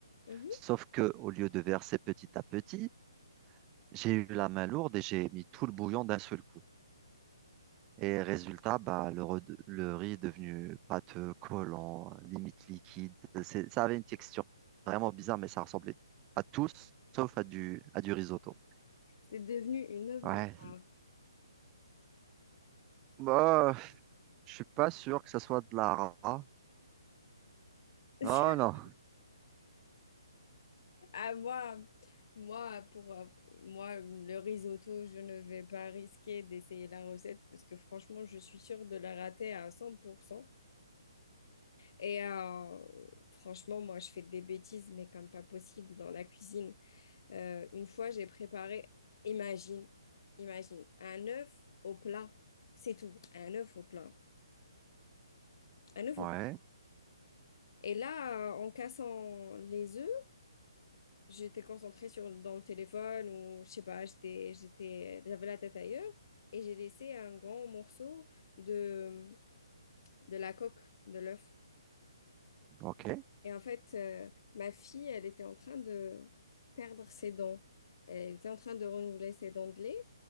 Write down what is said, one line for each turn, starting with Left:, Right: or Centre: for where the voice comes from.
Left: Mhm.
Right: Sauf que au lieu de verser petit à petit, j'ai eu la main lourde et j'ai mis tout le bouillon d'un seul coup. Et résultat, bah, le, re- le riz est devenu pâteux, collant, limite liquide. C'est- ça avait une texture vraiment bizarre, mais ça ressemblait à tout sauf à du, à du risotto.
Left: C'est devenu une œuvre
Right: Ouais.
Left: d'art.
Right: Bah, je suis pas sûr que ça soit de la rat.
Left: <laughs>
Right: Non, non.
Left: Ah, moi, moi, pour euh, moi, le risotto, je ne vais pas risquer d'essayer la recette parce que franchement, je suis sûre de la rater à 100%. Et euh, franchement, moi, je fais des bêtises, mais comme pas possible dans la cuisine. Euh, une fois, j'ai préparé, imagine, imagine, un œuf au plat. C'est tout, un œuf au plat. Un œuf
Right: Ouais,
Left: au plat. Et là, euh, en cassant les œufs, j'étais concentrée sur, dans le téléphone ou je sais pas, j'étais, j'étais, j'avais la tête ailleurs et j'ai laissé un grand morceau de, de la coque de l'œuf.
Right: ok.
Left: Et en fait, euh, ma fille, elle était en train de perdre ses dents. Elle était en train de renouveler ses dents de lait